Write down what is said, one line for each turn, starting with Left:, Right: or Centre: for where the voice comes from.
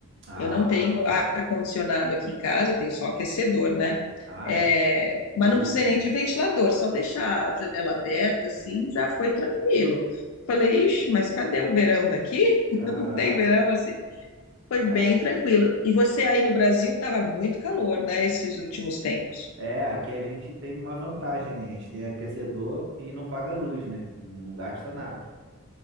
Right: Ah,
Left: Eu não tenho ar-condicionado aqui em casa, eu tenho só aquecedor, né?
Right: ah,
Left: É,
Right: é.
Left: mas
Right: Eita,
Left: não precisei nem de ventilador, só deixar a janela aberta, assim, já foi tranquilo. Falei, ixi, mas cadê o verão daqui? <laughs>
Right: caraca.
Left: Não tem verão, assim. Foi bem
Right: A-
Left: tranquilo. E você aí no Brasil estava muito calor, né, esses últimos tempos.
Right: É, aqui a gente tem uma vantagem, né? A gente tem aquecedor e não paga luz, né? Não gasta nada.